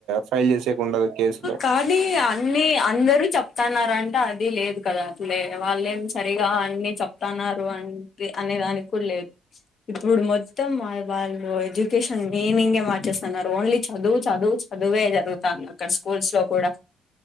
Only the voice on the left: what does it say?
కానీ అన్ని అందరు చెప్తాన్నారు అంటే అది లేదు కదా అట్లే వాళ్ళేం సరిగా అన్ని చెప్తన్నారు అంట అనే దానికి లేదు ఇప్పుడు మొత్తం వాళ్ళు ఎడ్యుకేషన్ మీనింగ్ే మార్చేస్తున్నారు ఓన్లీ చదువు చదువు చదువే జరుగుతాంది అక్కడ స్కూల్స్ లో కూడా